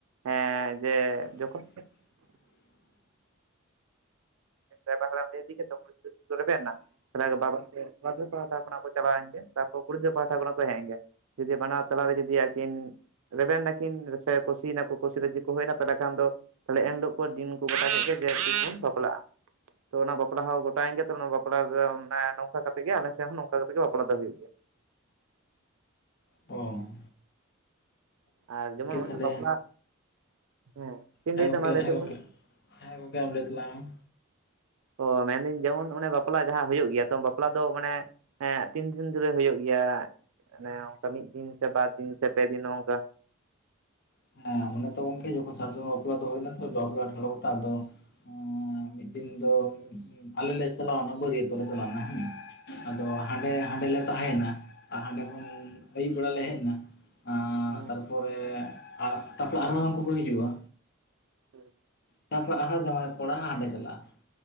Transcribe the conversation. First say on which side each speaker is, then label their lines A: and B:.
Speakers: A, on the right; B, on the left.
A: ᱦᱮᱸ ᱡᱮ ᱡᱚᱠᱷᱚᱱ ᱨᱟᱭᱵᱭᱨ ᱦᱟᱬᱟᱢ ᱴᱷᱮ ᱤᱫᱤ ᱠᱟᱛᱮ ᱛᱟᱨ ᱯᱚ ᱨᱮ ᱨᱮᱵᱮᱱ ᱱᱟ, ᱛᱟᱦᱮ ᱵᱟᱵᱟ ᱯᱟᱦᱴᱟ ᱠᱷᱚ ᱠᱚ ᱪᱟᱞᱟᱣᱮᱱ ᱜᱮ ᱛᱟᱯᱚᱨ ᱠᱩᱲᱤᱜᱤᱫᱽᱨ ᱯᱟᱦᱴᱟ ᱠᱷᱚᱱᱟᱜ ᱠᱚ ᱦᱮᱡ ᱮ ᱜᱮ ᱡᱩᱫᱤ ᱵᱟᱱᱟᱨ ᱛᱟᱞᱟᱨᱮ ᱡᱩᱫᱤ ᱟᱹᱠᱤᱱ ᱨᱮᱵᱮᱱ ᱱᱟᱹᱠᱤᱱ ᱥᱮ ᱠᱩᱥᱤ ᱱᱟᱠᱚ ᱠᱩᱥᱤ ᱨᱮᱡᱤ ᱠᱚ ᱦᱩᱭᱱᱟ ᱛᱟᱦᱚᱞᱮ ᱠᱷᱟᱱ ᱫᱚ ᱛᱟᱦᱞᱮ ᱮᱱᱦᱤᱞᱳᱜ ᱠᱚ ᱫᱤᱱ ᱠᱚ ᱜᱚᱴᱟ ᱠᱮᱫ ᱜᱮ ᱡᱮ ᱛᱤᱥ ᱵᱚᱱ ᱵᱟᱯᱞᱟᱜᱼᱟ ᱛᱚ ᱚᱱᱟ ᱵᱟᱯᱞᱟ ᱦᱚᱸ ᱜᱚᱴᱟᱮᱱ ᱜᱮ ᱛᱚ ᱚᱱᱟ ᱵᱟᱯᱞᱟ ᱨᱮ ᱱᱚᱝᱠᱟ ᱠᱟᱛᱮᱜ ᱜᱮ ᱟᱞᱮ ᱥᱮᱫ ᱦᱚᱸ ᱱᱚᱝᱠᱟ ᱠᱟᱛᱮᱜ ᱜᱮ ᱵᱟᱯᱞᱟ ᱫᱚ ᱦᱩᱭᱩᱜ ᱜᱮᱭᱟ᱾
B: ᱚᱻ
A: ᱟᱨ ᱡᱮᱢᱚᱱ ᱚᱱᱮ
B: ᱛᱟᱦᱚᱞᱮ
A: ᱵᱟᱯᱞᱟ ᱦᱮᱸ ᱪᱮᱫ ᱮᱢ
B: ᱦᱮᱸ
A: ᱞᱟᱹᱭ
B: ᱜᱚᱝᱠᱮ
A: ᱫᱟ ᱢᱟ ᱞᱟᱹᱭ
B: ᱦᱮᱸ ᱜᱚᱝᱠᱮ
A: ᱢᱮ
B: ᱦᱮᱸ ᱜᱚᱝᱠᱮ ᱟᱢ ᱞᱟᱹᱭ ᱛᱟᱞᱟᱝ ᱢᱮ
A: ᱚ ᱢᱮᱱᱫᱟᱹᱧ ᱡᱮᱢᱚᱱ ᱚᱱᱮ ᱵᱟᱯᱞᱟ ᱡᱟᱦᱟᱸ ᱦᱩᱭᱩᱜ ᱜᱮᱭᱟ ᱛᱚ ᱵᱟᱯᱞᱟ ᱫᱚ ᱢᱟᱱᱮ ᱦᱮᱸ ᱛᱤᱱ ᱫᱤᱱ ᱫᱷᱚᱨᱮ ᱦᱩᱭᱩᱜ ᱜᱮᱭᱟ ᱚᱱᱠᱟ ᱢᱤᱫ ᱫᱤᱱ ᱥᱮ ᱵᱟᱨ ᱫᱤᱱ ᱥᱮ ᱯᱮ ᱫᱤᱱ ᱱᱚᱝᱠᱟ
B: ᱦᱮᱸ ᱚᱱᱮ ᱛᱚ ᱜᱚᱝᱠᱮ ᱡᱚᱠᱷᱚᱱ ᱥᱟᱨ ᱥᱟᱜᱩᱶ ᱵᱟᱯᱞᱟ ᱫᱟ ᱦᱩᱭᱱᱟ ᱛᱚ <unintelligible> ᱟᱫᱚ, ᱟ ᱢᱤᱫ ᱫᱤᱱ ᱫᱚ ᱟᱞᱮ ᱞᱮ ᱪᱟᱞᱟᱣᱱᱟ ᱵᱟᱹᱨᱭᱟᱹᱛᱚᱜ ᱞᱮᱮ ᱪᱟᱞᱟᱣᱱᱟ ᱦᱮᱸ ᱟᱫᱚ ᱦᱟᱸᱰᱮ
A: ᱦᱮᱸ
B: ᱦᱟᱸᱰᱮᱞᱮ ᱛᱟᱦᱮᱭᱮᱱᱟ ᱟᱨ ᱦᱟᱸᱰᱮ ᱠᱷᱚᱱ ᱟᱹᱭᱩᱵ ᱵᱮᱲᱟ ᱞᱮ ᱦᱮᱡ ᱮᱱᱟ᱾ ᱟᱸᱻ
A: ᱦᱮᱸ
B: ᱛᱟᱨᱯᱚᱨᱮ ᱛᱟᱨᱯᱚᱨᱮ ᱟᱨᱦᱚᱸ ᱦᱟᱱᱠᱩ ᱠᱚ ᱦᱤᱡᱩᱜ-ᱟ?
A: ᱦᱮᱸ
B: ᱛᱟᱯᱚᱨ ᱟᱨᱦᱚᱸ ᱡᱟᱶᱟᱭ ᱠᱚᱲᱟ ᱦᱟᱸᱜ ᱦᱟᱸᱰᱮ ᱪᱟᱞᱟᱜᱼᱟ